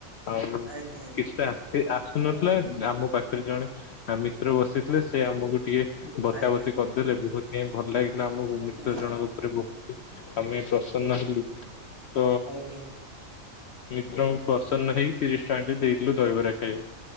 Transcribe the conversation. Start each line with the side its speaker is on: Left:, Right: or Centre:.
Left: ଆଉ
Right: ଆଜ୍ଞା ଆଜ୍ଞା
Left: କିଛିଟା ସେ ଆସୁନଥିଲା ଆମ ପାଖେରେ ଜଣେ ମିତ୍ର ବସିଥିଲେ ସେ ଆମକୁ ଟିକେ ବତାବତି
Right: ଆଜ୍ଞା
Left: କରିଦେଲେ ବହୁତ୍ ହିଁ ଭଲ ଲାଗିଥିଲା ଆମୁକୁ
Right: ଆଜ୍ଞା
Left: ମିତ୍ର ଜଣଙ୍କ ଉପରେ ବହୁତ୍ ଆମେ ପ୍ରସନ୍ନ ହେଲୁ। ତ
Right: ଆଜ୍ଞା।
Left: ମିତ୍ର ପ୍ରସନ୍ନ ହେଇକି ତିରିଶ ଟଙ୍କା ଟେ ଦେଇଦେଲୁ ଦହିବରା ଖାଇବାକୁ।